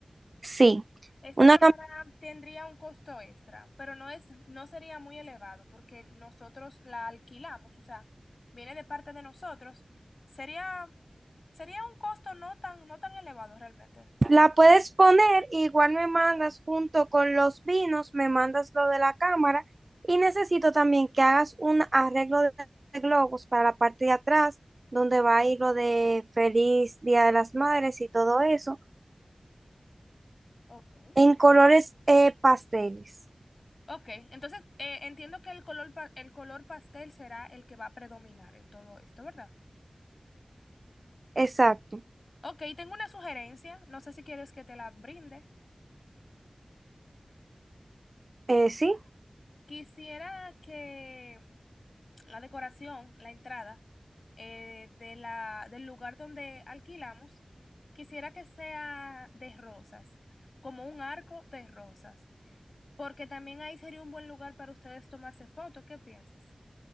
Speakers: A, on the right; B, on the left.
A: Sí.
B: Esa
A: Una
B: cámara tendría un costo extra, pero no es, no sería muy elevado porque nosotros la alquilamos, o sea, viene de parte de nosotros. Sería, sería un costo no tan, no tan elevado realmente.
A: La puedes poner, igual me mandas junto con los vinos, me mandas lo de la cámara y necesito también que hagas un arreglo de globos para la parte de atrás, donde va a ir lo de Feliz Día de las Madres y todo eso,
B: Ok.
A: en colores eh, pasteles.
B: Ok, entonces eh, entiendo que el color, pa- el color pastel será el que va a predominar en todo esto, ¿verdad?
A: Exacto.
B: Ok, tengo una sugerencia, no sé si quieres que te la brinde.
A: Eh, sí,
B: Quisiera que la decoración, la entrada eh, de la, del lugar donde alquilamos, quisiera que sea de rosas, como un arco de rosas, porque también ahí sería un buen lugar para ustedes tomarse fotos. ¿Qué piensas?